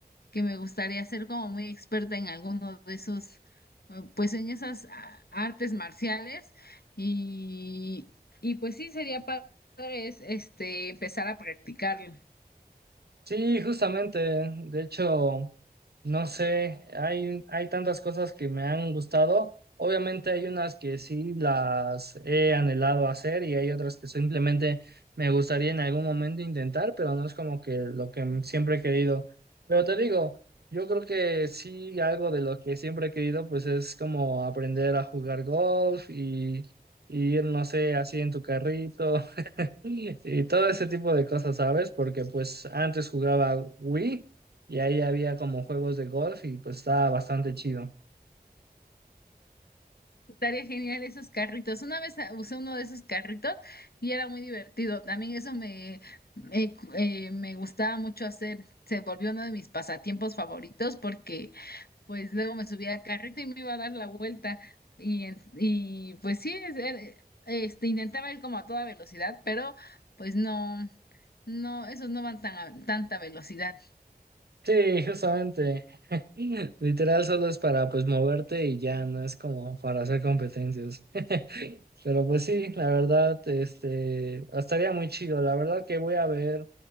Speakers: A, on the left (about 70°); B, on the right (about 80°).
A: que me gustaría ser como muy experta en alguno de esos, eh, pues en esas ah, artes marciales y, y pues sí, sería padre es, este, empezar a practicarlo.
B: Sí, justamente. De hecho. No sé, hay, hay tantas cosas que me han gustado. Obviamente hay unas que sí las he anhelado hacer y hay otras que simplemente me gustaría en algún momento intentar, pero no es como que lo que siempre he querido. Pero te digo, yo creo que sí algo de lo que siempre he querido pues es como aprender a jugar golf y, y ir, no sé, así en tu carrito y, y todo ese tipo de cosas, ¿sabes? Porque pues antes jugaba Wii y ahí había como juegos de golf y pues estaba bastante chido.
A: Estaría genial esos carritos. Una vez ah, usé uno de esos carritos y era muy divertido. También eso me, me, eh, me gustaba mucho hacer. Se volvió uno de mis pasatiempos favoritos porque pues luego me subía al carrito y me iba a dar la vuelta. Y, en- y pues sí, es- er- este, intentaba ir como a toda velocidad, pero pues no, no, esos no van tan a tanta velocidad.
B: Sí, justamente. <laughs> Literal solo es para pues moverte y ya no es como para hacer competencias. <laughs> Pero pues sí, la verdad, este, estaría muy chido. La verdad que voy a ver